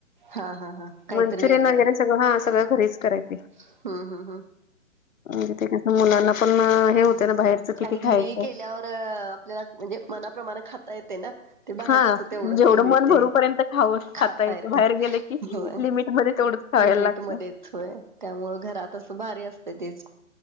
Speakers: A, on the right; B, on the left.
A: हा हा हा काहीतरी
B: मंचुरियन
A: वेगळं
B: वगैरे सगळं हा सगळं घरीच कराय ते
A: हम्म हम्म हम्म
B: जथे क मुलांना पण हे ना बाहेरच किती
A: आणि घरी
B: खायचं
A: केल्यावर आपल्याला म्हणजे मनाप्रमाणे खाता येते ना ते बाहेर
B: हा
A: कस तेवढंच
B: जेवढं
A: हे मिळते
B: मन भरूपर्यंत खाऊन
A: खाता
B: येते
A: येत
B: बाहेर गेलं की
A: म्ह
B: लिमिटमध्ये तेवढंच खावायला
A: मीट
B: लागतं
A: मध्ये य त्यामुळ घरात असं भारी असत तेच